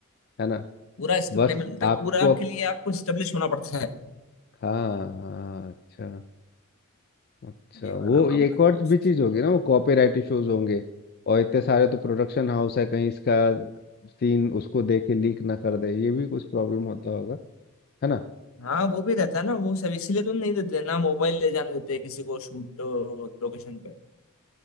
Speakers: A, on the left; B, on the left.
A: है ना
B: पूरा स्क्रिप्ट
A: बस
B: नहीं मिलता मतलब
A: आपको
B: पूरा के लिए आपको स्टेब्लिश होना पड़ता है
A: हाँ हाँ अच्छा अच्छा
B: ये वाला
A: वो
B: मामला
A: ये एक और
B: है दोस्त
A: भी चीज होगी ना वो कॉपीराइट इश्यूज होंगे और इतने सारे तो प्रोडक्शन हाउस है कहीं इसका सीन उसको दे के लीक ना कर दे ये भी कुछ प्रॉब्लम होता होगा है ना
B: हाँ वो भी रहता है ना वो सब इसीलिए तो नहीं देते ना मोबाइल ले जाने देते हैं किसी को शूट लोकेशन पे